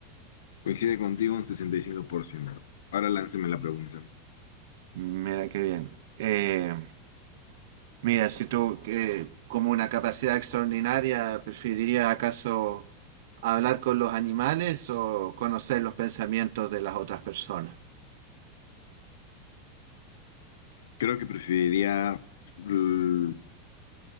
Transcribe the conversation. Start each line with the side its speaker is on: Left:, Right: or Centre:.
Left: Coincide contigo un 65%. Ahora lánceme la pregunta.
Right: Mira qué bien. Eh, mira, si tú eh, como una capacidad extraordinaria, ¿preferirías acaso hablar con los animales o conocer los pensamientos de las otras personas?
Left: Creo que preferiría l-